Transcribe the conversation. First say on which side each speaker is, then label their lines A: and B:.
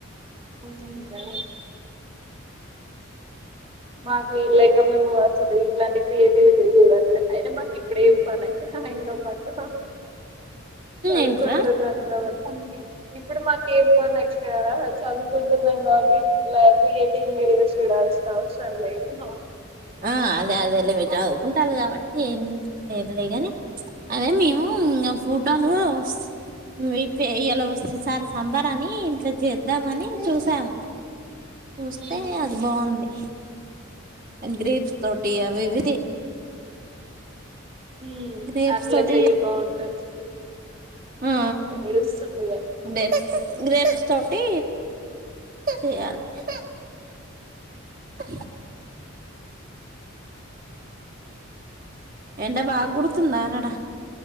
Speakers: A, on the right (about 25°); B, on the right (about 40°).
A: ఆహ్ ఆహ్ గదె మాకు వీళ్ళక మేము అసలు వీట్లా అంటే క్రియేటివిూట్లే అయిే మాకు ఇప్పుడ ఏం పనంక ఆయనతో పాటు చదువుకుంటున్నాం
B: ఏంట్రా
A: కాబట్టి ఇప్పుడు మాకేం పని అక్క కుంటున్నాం కాబట్టి లైక్టింగ్ వీడియోస్ చూడాల్స్తా అవసరం లేదు న
B: ఆ అదే అదే లే మీరు చదువుకుంటారు కాబట్టి ఏం లేనులేగాని అదే మేము ఫుటన్ వస్ మీ ప ఇలా వస్తే సారి సంబరని ఇంట్లో చేద్దామని చూసాము చూస్తే
A: ఉమ్
B: అది బాగుంది గ్రిప్స్ తోటి అవి విధి
A: ఉమ్
B: రేపు
A: అట్లా
B: సడ
A: చెయ్యి బాగుంటది
B: ఆ
A: ఏడుస్తుందిగా
B: అదే గ్రేప్స్ తోటి చేయాలి ఆహ్ ఆహ్ ఎండ బాగా కొడుతుందార అడ